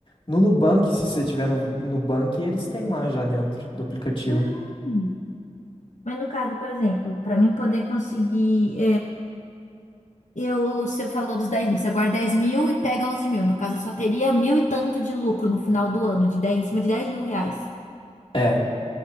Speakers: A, on the left (about 45°); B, on the left (about 80°).
A: No Nubank, se você tiver no Nubank, eles têm lá já dentro do aplicativo.
B: Hum. Mas no caso, por exemplo, para mim poder conseguir. Eu, você falou dos 10 mil, você guarda 10 mil e pega 11 mil. No caso, eu só teria mil e tanto de lucro no final do ano, de 10 em cima de 10 mil reais.
A: É.